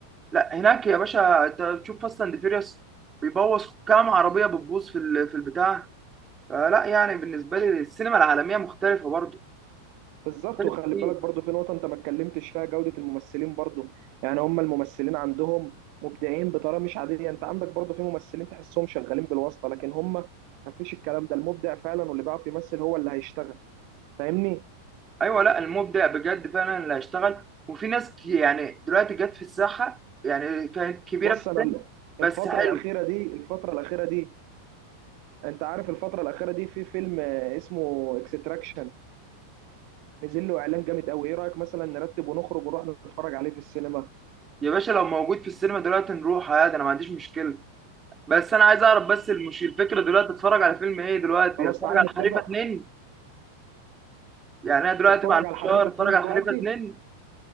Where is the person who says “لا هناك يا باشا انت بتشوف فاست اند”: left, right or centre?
Right